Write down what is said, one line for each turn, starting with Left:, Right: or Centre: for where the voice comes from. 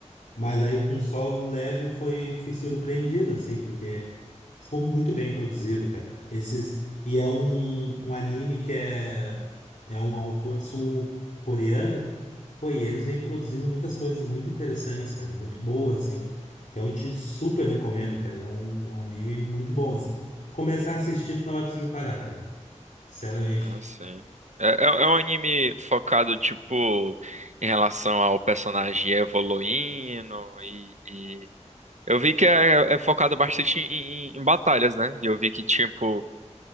Left: Mas aí com solo leve foi fui surpreendido assim, porque ficou muito bem produzido, cara. Esses e é um, um anime que é é um autor sul-coreano. Pô, e eles vêm produzindo muitas coisas muito interessantes, cara, muito boas assim. Então eu te super recomendo, cara. É um anime muito bom assim. Tu começar a assistir, tu não vai conseguir parar, cara. Sinceramente.
Right: Ah, sim. É, é, é um anime focado, tipo, em relação ao personagem evoluindo e, e... Eu vi que é, é focado bastante em, em- em batalhas, né? E eu vi que, tipo,